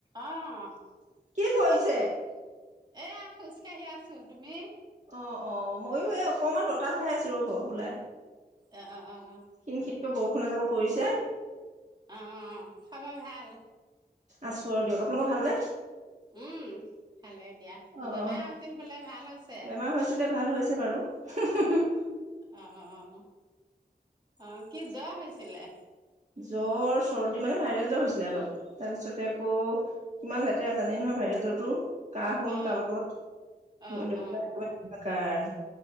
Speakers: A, on the right; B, on the right.
A: আহ,
B: কি কৰিছে?
A: ক'ত আছে? এয়া খোজ কাঢ়ি আছো, তুমি?
B: অ অ ময়ো এই অকমান বতাহ খাই আছো ৰব ওলাই।
A: অ অ অ।
B: খিন খিনকৈ বৰষুণ এজাক পৰিছে।
A: অ খবৰ ভাল?
B: আছো আৰু দিয়ক, আপোনালোকৰ ভালনে?
A: উম, খালেই দিয়া
B: অ',
A: বেমাৰ
B: অ',
A: হৈছিল বোলে ভাল হৈছে।
B: বেমাৰ হৈছিলে ভাল হৈছে বাৰু, হুম হুম হুম।
A: অ অ অ, কি জ্বৰ হৈছ ছিলে?
B: জ্বৰ চৰ্দি মানে ভাইৰেল জ্বৰ হৈছিলে অলপ, তাৰপিছতে আকৌ কিমান লেতেৰা জানেই নহয় ভাইৰেল জ্বৰটো। কাহ হল
A: অ
B: তাৰ লগত,
A: অ
B: হৈ লৈ
A: অ
B: পেলাই কাৰ